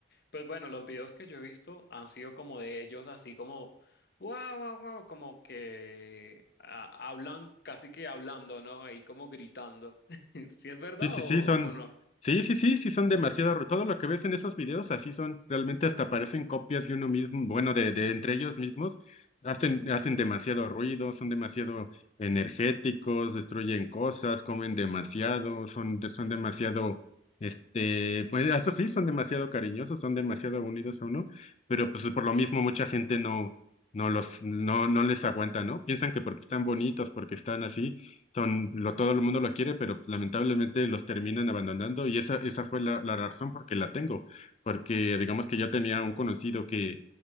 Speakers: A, on the left; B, on the left.
A: pues bueno, los videos que yo he visto han sido como de ellos, así como, wow, wow, wow, como que ah, hablan, casi que hablando, ¿no? Ahí como gritando. <laughs> ¿Si es verdad
B: Sí, sí,
A: o,
B: sí, son,
A: o no?
B: sí, sí, sí, sí, son demasiado, ru- todo lo que ves en esos videos así son, realmente hasta parecen copias de uno mismo, bueno, de, de entre ellos mismos, hacen, hacen demasiado ruido, son demasiado energéticos, destruyen cosas, comen demasiado, son, de- son demasiado, este, pues eso sí, son demasiado cariñosos, son demasiado unidos a uno, pero pues por lo mismo mucha gente no, no los, no, no les aguanta, ¿no? Piensan que porque están bonitos, porque están así son, lo, todo el mundo lo quiere, pero pues, lamentablemente los terminan abandonando y esa, esa fue la, la razón por que la tengo, porque digamos que yo tenía un conocido que,